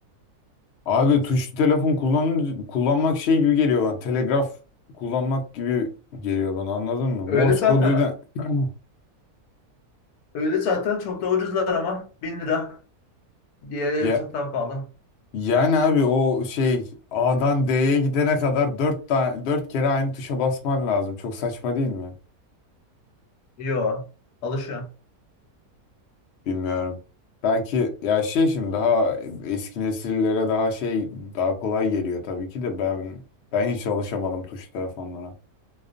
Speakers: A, on the left (about 65°); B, on the left (about 80°).
A: Abi tuşlu telefon kullanın, kullanmak şey gibi geliyor bana. Telegraf kullanmak gibi geliyor bana anladın mı?
B: Öyle
A: Morse
B: zaten
A: koduyla <clears throat>
B: öyle zaten çok da ucuzlar ama 1000 lira diğeri
A: ya,
B: çok daha pahalı.
A: yani abi o şey A'dan D'ye gidene kadar dört tane dört kere aynı tuşa basman lazım. Çok saçma değil mi?
B: Yo alışıyor.
A: Bilmiyorum. Belki ya şey şimdi daha eski nesillere daha şey daha kolay geliyor tabii ki de ben ben hiç alışamadım tuşlu telefonlara.